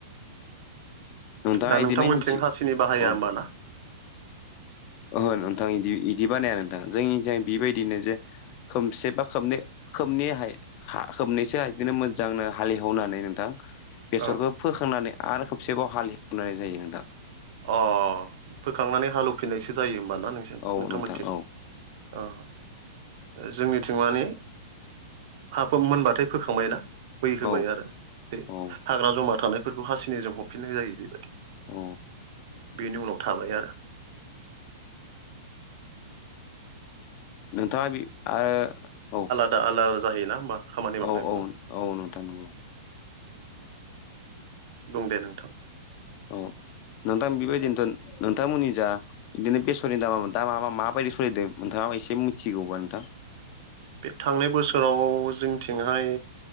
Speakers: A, on the left (about 35°); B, on the right (about 55°).
A: नोंथाङा
B: दा नोंथांमोनथिं
A: इदिनो मिथि
B: हासिनि बाहाया
A: औ
B: होमबा ना?
A: ओहो नोंथां इदि- इदि बानाया नोंथां जोंनिजाय बेबायदिनो जे खोमसे बा खोबनै खोबनैहाय खा <unintelligible> होबनायैसो बिदिनो मोजांनो हालेहवनानै नोंथां बेसरखौ
B: ओं
A: फोखांनानै आरो खबसेबाव हाल हेवनानै जायो नोंथां।
B: अ फोखांनानै हालवफिननायसो जायो होमबाना नों
A: औ
B: नोंथांमोनथिं
A: नोंथां औ
B: औ जोंनिथिं माने हा मोनबाथाय फोखांबाय ना। मै होबाय
A: औ
B: आरो बे
A: औ
B: हाग्रा जमा थानायफोरखौ हासिनिजों हफिननाय जायो बेबायादि।
A: औ।
B: बेनि उनाव थाबाय आरो
A: नोंथाङा बि आ औ
B: दा आलादा जायोना होमबा खामानि मावनायफ्रा?
A: औ औ औ नोंथां नंगौ
B: बुं दे नोंथां
A: औ नोंथां बेबायदिनोथ' नोंथांमोननि जा बिदिनो बेसरनि दामा नोंथां मा मा माबायदि स'लिदों नोंथाङा एसे मिथिगौबा नोंथां
B: बे थांनाय बोसोराव जोंनिथिंहाय